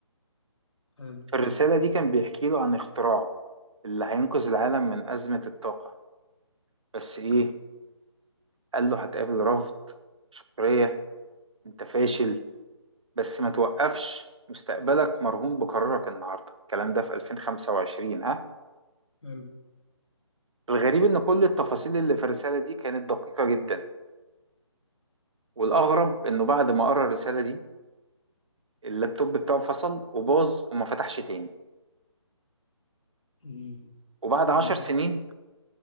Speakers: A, on the left; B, on the right.
A: حلو
B: في الرسالة دي كان بيحكي له عن اختراعه اللي هينقذ العالم من أزمة الطاقة بس إيه قال له هتقابل رفض سخرية أنت فاشل بس ما توقفش مستقبلك مرهون بقرارك النهارده الكلام ده في 2025 ها
A: حلو
B: الغريب ان كل التفاصيل اللي في الرساله دي كانت دقيقه جدا والاغرب انه بعد ما قرا الرساله دي اللابتوب بتاعه فصل وباظ وما فتحش تاني
A: امم
B: وبعد عشر
A: وبعدين
B: سنين